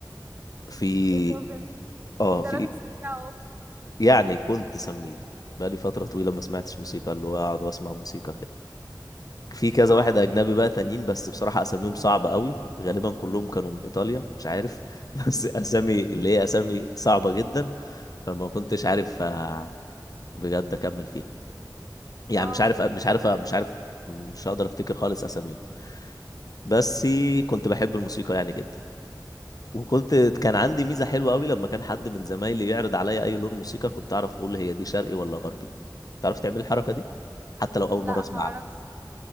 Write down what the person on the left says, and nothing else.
في
اه
في
يعني كنت سميع بقالي فترة طويلة ما سمعتش موسيقى اللي هو أقعد وأسمع موسيقى كده في كذا
واحد أجنبي بقى تانيين بس بصراحة أساميهم صعبة قوي غالبا كلهم كانوا من إيطاليا مش عارف <laughs> بس أسامي اللي هي أسامي صعبة جدا فما كنتش
عارف آه، بجد أكمل فيها يعني
مش عارف مش عارف مش عارف مش هقدر افتكر خالص اساميهم بس كنت بحب الموسيقى يعني جدا وكنت كان عندي ميزة حلوة قوي لما كان حد من زمايلي يعرض عليا اي لون موسيقى كنت اعرف اقول هي دي شرقي ولا غربي تعرف تعمل الحركة دي حتى لو اول
مرة اسمعها